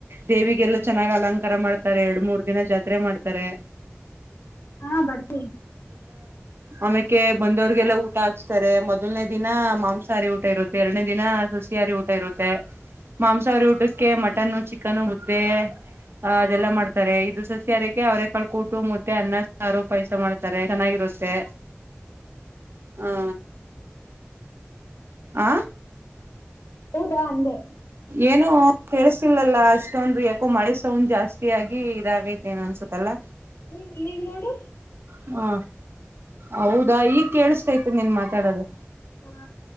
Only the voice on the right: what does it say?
ದೇವಿಗೆಲ್ಲ ಚೆನ್ನಾಗ್ ಅಲಂಕಾರ ಮಾಡ್ತಾರೆ ಎರಡು ಮೂರ್ ದಿನ ಜಾತ್ರೆ ಮಾಡ್ತಾರೆ
ಆಮ್ಯೇಕ ಬಂದವ್ರಗೆಲಾ ಊಟ ಹಾಕ್ಸ್ತಾರೆ ಮೊದಲನೇ ದಿನ ಮಾಂಸಾಹಾರಿ ಊಟ ಇರುತ್ತೆ ಎರಡನೇ ದಿನ ಸಸಿಹಾರಿ ಊಟ ಇರುತ್ತೆ ಮಾಂಸಾಹಾರಿ ಊಟಕ್ಕೆ ಮಟನ್ ಚಿಕನ್ ಮುದ್ದೆ ಅ ಅದೆಲ್ಲಾ ಮಾಡ್ತಾರೆ ಇದು ಸಸಿಹಾರಕ್ಕೆ ಅವ್ರ ಕಕ ಟು ಮುದ್ದೆ ಅನ್ನ ಸಾರು ಪಾಯಸ ಮಾಡ್ತಾರೆ ಚೆನ್ನಾಗಿರುತ್ತೆ ಹಾ ಆ
ಏನೋ ಕೇಳ್ತಿಿಲ್ಲಲ್ಲ ಅಷ್ಟೊಂದು ಯಾಕೋ ಮಳೆ ಸೌಂಡ್ ಜಾಸ್ತಿ ಆಗಿ ಇದಾಗೈತೆ ಏನ ಅನ್ಸುತ್ತಲ್ಲ
ಹ್ಮ ಹೌದಾ ಈಗ ಕೇಳಸ ಆ್ತು ನೀನ್ ಮಾತಾಡೋದು